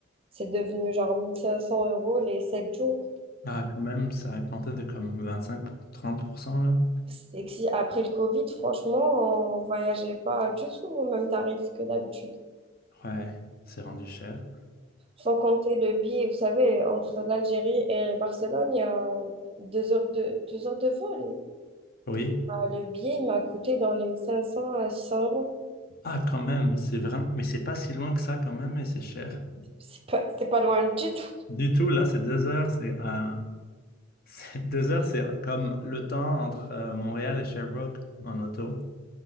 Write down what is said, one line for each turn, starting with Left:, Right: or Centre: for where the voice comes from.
Right: C'est devenu genre 1500 euros les 7 jours.
Left: Ah, quand même, ça a augmenté de comme vingt-cinq trente pour cent là.
Right: C'est que si après le Covid, franchement, on voyageait pas du tout au même tarif que d'habitude.
Left: Ouais, c'est rendu cher.
Right: Sans compter le billet, vous savez, entre l'Algérie et Barcelone, il y a deux heures de, deux heures de vol.
Left: Oui.
Right: Bah, Le billet, il m'a coûté dans les 500 à 600 euros.
Left: Ah, quand même, c'est vraiment... Mais c'est pas si loin que ça quand même, et c'est cher.
Right: C'est pas, c'est pas loin du tout.
Left: Du tout, là, c'est deux heures, c'est... euh, <laughs> c'est- Deux heures, c'est comme le temps entre euh, Montréal et Sherbrooke en auto.